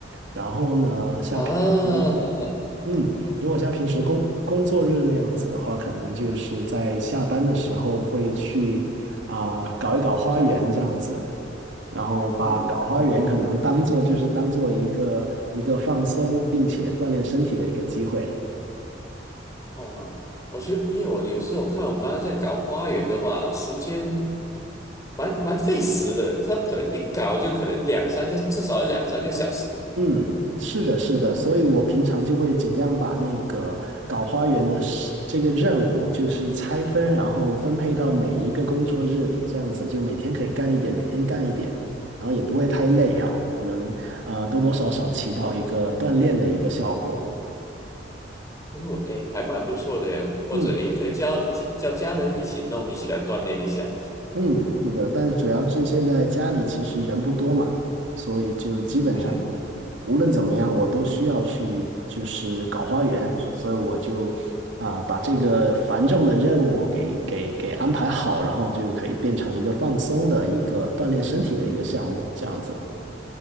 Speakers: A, on the right; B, on the left.
A: 然后呢，像平时。
B: 啊，<laughs> 好好，
A: 嗯，如果像平时工工作日那样子的话，可能就是在下班的时候会去啊、搞一搞花园这样子，然后把搞花园可能当做就是当做一个一个放松并且锻炼身体的一个机会。
B: 嗯哼哼哼哦，我觉得，因为我有时候看我妈在搞花园的话，时间蛮蛮费时的，她可能一搞就可能两三个，至少要两三个小时。
A: 嗯，是的，是的，所以我平常就会尽量把那个搞花园的事这个任务，就是拆分，然后分配到每一个工作日里，这样子就每天可以干一点，每天干一点，然后也不会太累，
B: 嗯，
A: 然后就能呃多多少少起到一个锻炼的一个效果。
B: 因为我哎，还蛮不错的或者也可以叫叫家人一起弄，
A: 嗯
B: 一起来锻炼一下。
A: 嗯，是的，但是主要是现在家里其实人不多嘛，所以就基本上。
B: 嗯
A: 无论怎么样，我都需要去就是搞花园，所以我就啊把这个繁重的任务给给给安排好，然后就可以变成一个放松的一个锻炼身体的一个项目，这样子。